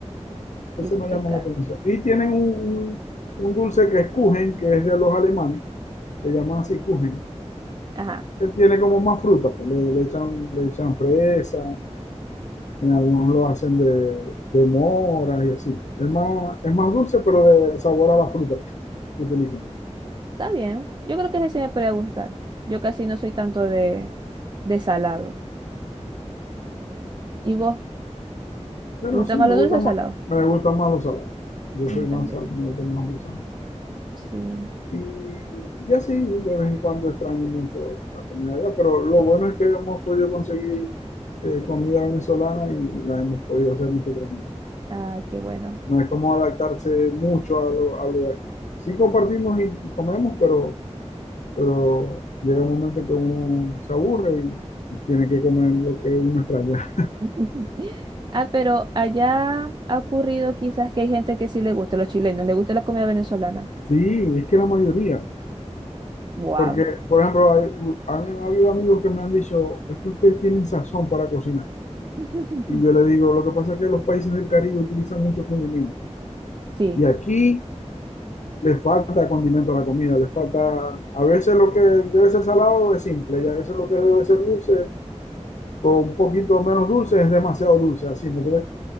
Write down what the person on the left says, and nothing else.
Entonces
no
llama la atención. Y tienen un, un- un dulce que es Kuchen, que es de los alemanes, le llaman así Kuchen,
que tiene como más fruta, pues. Le, le echan, le echan fresa, en algunos lo hacen de, de mora y así. Es más, es más dulce, pero de sabor a la fruta que utilizan.
Bueno,
sí,
me
gusta
más,
me gustan más los salados. Yo
soy
más sal, me gustan más los salados.
Y, y así, de vez en cuando extraño mucho la comida allá, pero lo bueno es que hemos podido conseguir eh, comida venezolana y la hemos podido hacer nosotros mismos.
No es como adaptarse mucho a lo, a lo de aquí. Sí compartimos y comemos, pero, pero llega un momento que uno se aburre y tiene que comer lo que uno extraña.
Sí, es que la mayoría.
Porque, por ejemplo, hay- han habido amigos que me han dicho, es que ustedes tienen sazón para cocinar.
Y yo le digo, lo que pasa es que los países del Caribe utilizan muchos condimentos.
Y aquí le falta condimento a la comida, le falta, a veces lo que debe ser salado es simple y a veces lo que debe ser dulce o un poquito menos dulce es demasiado dulce, así, ¿me entiendes?